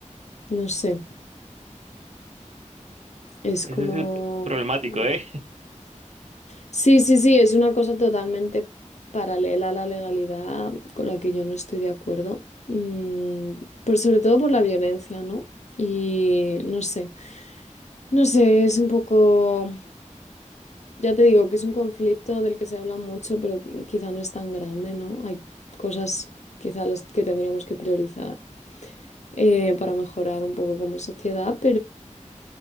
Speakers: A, on the left; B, on the right.
A: no sé, es
B: Ese
A: como...
B: es el problemático,
A: mm,
B: ¿eh?
A: Sí, sí, sí, es una cosa totalmente paralela a la legalidad con la que yo no estoy de acuerdo. Mm, pero sobre todo por la violencia, ¿no? Y no sé, no sé, es un poco, ya te digo que es un conflicto del que se habla mucho, pero quizá no es tan grande, ¿no? Hay cosas quizá las que tendríamos que priorizar eh, para mejorar un poco como sociedad,